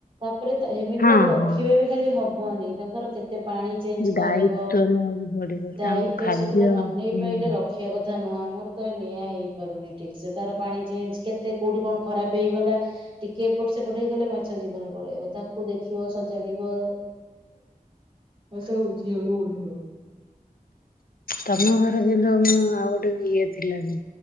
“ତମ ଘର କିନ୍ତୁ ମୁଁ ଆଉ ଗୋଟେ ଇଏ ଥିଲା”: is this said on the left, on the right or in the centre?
Left